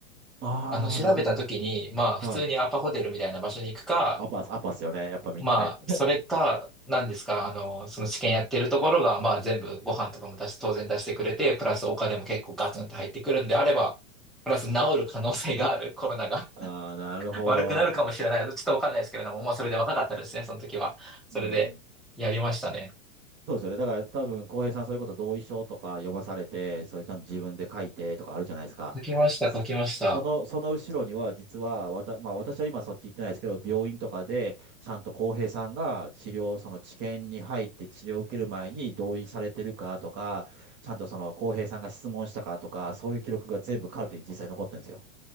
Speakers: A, on the right (about 25°); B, in the centre.
A: ああ、
B: あの、調べた時に、
A: なるほど。
B: まあ、
A: はい。
B: 普通にアパホテルみたいな場所に行くか、
A: アパス、アパスよね。やっぱみんなね。
B: まあ、それか、なんですか、あの、その治験やってるところが、まあ、全部ご飯とかも出し、当然出してくれて、プラスお金も結構ガツンと入ってくるんであれば、プラス治る可能性がある、コロナが
A: ああ、
B: <laughs>
A: なるほど。
B: 悪くなるかもしれない。ちょっとわかんないですけれども、もうそれで若かったですね、その時は。それで、
A: うん。
B: やりましたね。
A: そうですよね。だから多分、浩平さん、それこそ同意書とか読まされて、それちゃんと自分で書いてとかあるじゃないですか。
B: 解きました、
A: そその、
B: 解きました。
A: その後ろには、実は、わた、まあ私は今そっち行ってないですけど、病院とかで、ちゃんと浩平さんが治療、その治験に入って治療を受ける前に同意されてるかとか、ちゃんとその浩平さんが質問したかとか、そういう記録が全部カルテに実際残ってるんですよ。